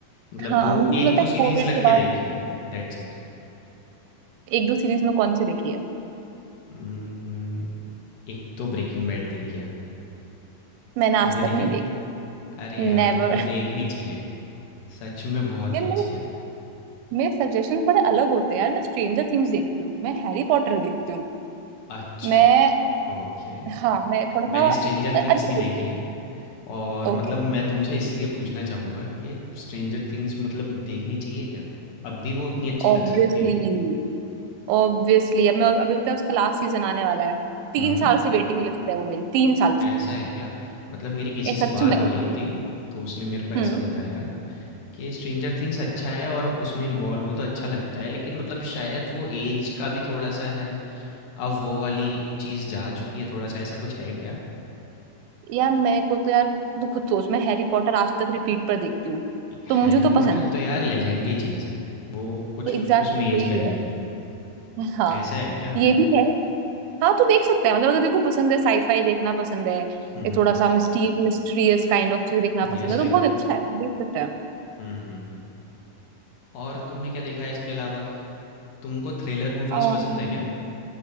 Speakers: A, on the left; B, on the right.
A: मतलब
B: हाँ
A: दो
B: मतलब
A: एक
B: लगता
A: दो
B: है
A: सीरीज
B: कोविड
A: लग
B: के
A: के
B: बाद
A: देखी हैं That's
B: एक दो सीरीज में कौन सी देखी है
A: it एक तो ब्रेकिंग बैड देखी है
B: मैंने आज
A: तुमने देखी
B: तक नहीं
A: है
B: देखी
A: अरे
B: नेवर
A: यार तुमको
B: <laughs>
A: देखनी चाहिए सच में बहुत
B: यार
A: ही अच्छी
B: मेरे
A: है
B: मेरे सजेशंस बड़े अलग होते हैं यार मैं स्ट्रेंजर थिंग्स देखती हूँ मैं हैरी पॉटर देखती हूँ
A: अच्छा
B: मैं
A: ओके
B: हाँ मैं थोड़ा
A: मैंने
B: सा
A: स्ट्रेंजर
B: मैं
A: थिंग्स
B: अजीब
A: नहीं देखी
B: हूँ।
A: है और
B: ओके
A: मतलब मैं तुमसे इसलिए पूछना चाहूँगा कि स्ट्रेंजर थिंग्स मतलब देखनी चाहिए क्या अब भी वो उतनी अच्छी लग
B: ऑब्वियसली
A: सकती है
B: ऑब्वियसली अब मैं अभी बताया उसका लास्ट सीजन आने वाला है तीन
A: हम्म
B: साल से वेटिंग लिस्ट है वो मेरी तीन साल
A: ऐसा
B: से
A: है क्या मतलब मेरी किसी
B: ये
A: से
B: सच
A: बात
B: में
A: हो रही थी तो उसने मेरे को ऐसा
B: हम्म
A: बताया कि स्ट्रेंजर थिंग्स अच्छा है और उसमें इन्वॉल्व हो तो अच्छा लगता है लेकिन मतलब शायद वो एज का भी थोड़ा सा है अब वो वाली चीज़ जा चुकी है थोड़ा सा ऐसा कुछ है क्या?
B: यार मैं को तो यार तू खुद सोच मैं हैरी पॉटर आज तक रिपीट पर देखती हूँ तो
A: हैरी
B: मुझे तो
A: पॉटर
B: पसंद है
A: तो यार लेजेंडरी चीज़ है। वो कुछ
B: तो एग्जैक्टली
A: उसमें
B: exactly
A: एज
B: वही
A: का नहीं है।
B: है हाँ
A: ऐसा है क्या?
B: ये भी है हाँ तू देख सकता है मतलब अगर तेरे को पसंद है साईफाई देखना पसंद है ये
A: हुँ, हुँ।
B: थोड़ा सा मिस्टी मिस्ट्रियस काइंड ऑफ चीज देखना
A: यस
B: पसंद है तो
A: आई
B: बहुत अच्छा है देख सकता है
A: हुँ, हुँ, हुँ। और तुमने क्या देखा है इसके अलावा? तुमको थ्रिलर मूवीज़
B: अम्म,
A: पसंद है क्या?